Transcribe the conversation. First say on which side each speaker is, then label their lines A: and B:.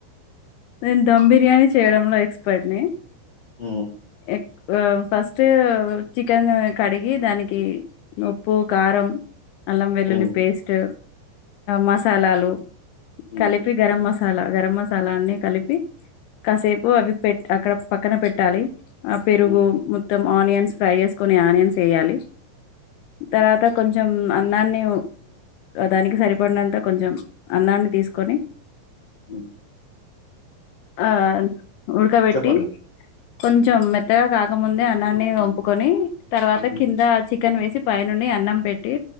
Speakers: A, on the left; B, on the left.
A: నేను ధమ్ బిర్యానీ చేయడంలో ఎక్స్పర్ట్ ని
B: హ్మ్.
A: ఎక్కువ ఫస్ట్ ఫస్ట్ చికెన్ కడిగి దానికి ఉప్పు కారం అల్లం వెల్లుల్లి
B: హ్మ్.
A: పేస్ట్ మసాలాలు
B: హ్మ్.
A: కలిపి గరం మసాలా మసాలా గరం మసాలా అన్ని కలిపి కాసేపు అవి పెట్ అక్కడ పక్కన పెట్టాలి ఆ పెరుగు
B: హ్మ్.
A: మొత్తం ఆనియన్స్ ఫ్రై చేసుకుని ఆనియన్స్ వేయాలి తర్వాత కొంచం అన్నాన్ని దానికి సరిపడినంత కొంచెం అన్నాన్ని తీసుకొని
B: హు
A: ఆ ఉడ్కబెట్టి
B: చెప్పండి.
A: కొంచెం మెత్తగా కాకముందే అన్నాన్ని వంపుకొని తర్వాత
B: హ్మ్.
A: కింద చికెన్ వేసి పైనుండి అన్నం పెట్టి